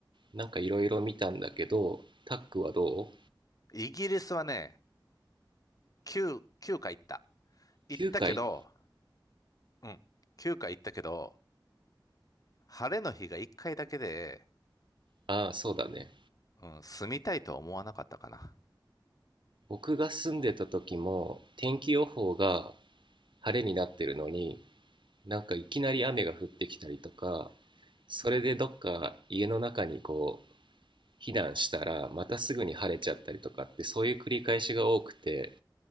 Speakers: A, on the right (about 75°); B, on the left (about 45°).
A: なんかいろいろ見たんだけど、タックはど
B: イギリスはね、9、9回行った。
A: う
B: 行ったけど、
A: ?9 回
B: うん、9回行ったけど、晴れの日が1回だけで、
A: ああ、そうだね。
B: うん、住みたいとは思わなかったかな。
A: 僕が住んでた時も天気予報が晴れになってるのに、なんかいきなり雨が降ってきたりとか、それでどっか家の中にこう避難したらまたすぐに晴れちゃったりとかってそういう繰り返しが多くて、